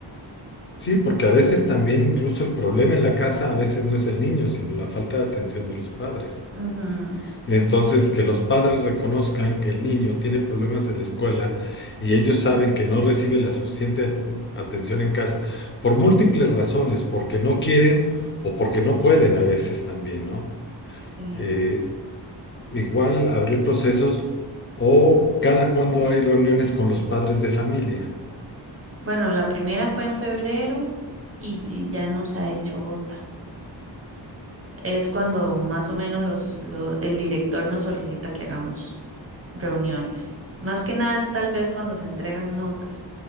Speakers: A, on the left (about 30°); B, on the right (about 35°).
A: Sí, porque a veces también incluso el problema en la casa a veces no es el niño, sino la falta de atención de los padres.
B: Ujú,
A: Entonces, que los padres reconozcan que el niño tiene problemas en la escuela y ellos saben que no recibe la suficiente at- atención en casa por múltiples razones, porque no quieren o porque no pueden a veces también, ¿no?
B: sí.
A: Eh, Igual abrir procesos o cada cuando hay reuniones con los padres de familia.
B: Bueno, la primera fue en febrero y y ya no se ha hecho otra. Es cuando más o menos los, lo- el director nos solicita que hagamos. reuniones. Más que nada es tal vez cuando se entregan notas.